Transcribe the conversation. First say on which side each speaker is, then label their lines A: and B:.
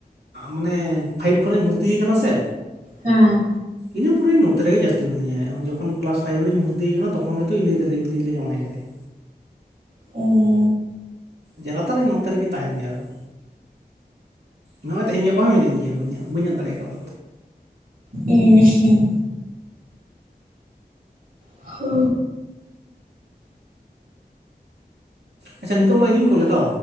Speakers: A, on the right; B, on the right.
A: ᱢᱟᱱᱮ ᱯᱷᱟᱭᱤᱵᱽ ᱠᱷᱚᱱᱟᱜ ᱤᱧ ᱵᱷᱚᱨᱛᱤ ᱠᱟᱱᱟ ᱥᱮ
B: ᱦᱮᱸ
A: ᱤᱱᱟᱹ ᱯᱚᱨᱮ ᱱᱚᱛᱮ ᱨᱮᱮ ᱡᱟᱹᱥᱛᱤ ᱢᱱᱟᱹᱧᱟ ᱤᱱᱟ ᱯᱚᱨᱮ ᱤᱱᱟᱹ ᱯᱚᱨᱮ ᱱᱚᱛᱮ ᱨᱮᱜᱮ ᱡᱟᱹᱥᱛᱤ ᱢᱤᱱᱤᱧᱟ ᱩᱱ ᱡᱚᱠᱷᱚᱱ ᱠᱞᱟᱥ ᱯᱷᱟᱭᱤᱵᱽ ᱨᱮᱤᱧ ᱵᱷᱚᱨᱛᱤᱭ ᱠᱟᱱᱟ ᱛᱚᱠᱷᱚᱱ ᱜᱮᱛᱚ ᱤᱧ ᱫᱤᱫᱤ ᱫᱞᱮ ᱡᱟᱶᱟᱭ ᱠᱟᱫᱮᱭᱟ
B: ᱩᱸ
A: ᱡᱟᱫᱟᱛᱟᱨ ᱤᱧ ᱱᱚᱛᱮ ᱨᱮᱜᱤᱧ ᱛᱟᱦᱮᱱ ᱜᱮᱭᱟ ᱟᱫᱚ ᱱᱚᱣᱟ ᱛᱮᱦᱮᱧ ᱜᱟᱯᱟ ᱦᱚᱸ ᱢᱤᱱᱟᱧ ᱜᱮᱭᱟ ᱵᱟᱹᱧ <unintelligible> ᱫᱟᱲᱮᱠᱟᱣᱟ
B: ᱩᱸ ᱦᱩᱸ ᱦᱟᱹ
A: ᱟᱪᱪᱷ ᱱᱤᱛᱚᱜ ᱢᱟ ᱤᱧᱤᱧ ᱠᱚᱞᱟᱛᱚ